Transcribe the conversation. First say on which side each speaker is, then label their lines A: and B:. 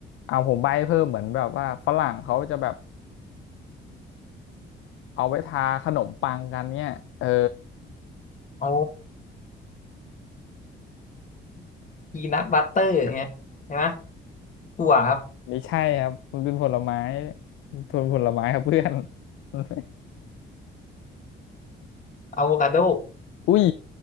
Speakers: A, on the left; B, on the left.
A: เอาผมใบ้เพิ่มเหมือนแบบว่าฝรั่งเขาจะแบบเอาไว้ทาขนมปังกันเนี่ยเออ
B: โอ้พีนัทบัตเตอร์อย่างเงี้ยใช่ไหมถั่วครับ
A: ไม่ใช่ครับมันเป็นผลไม้ทนผลไม้ครับเพื่อน <laughs>
B: อะโวคาโด
A: อุ้ย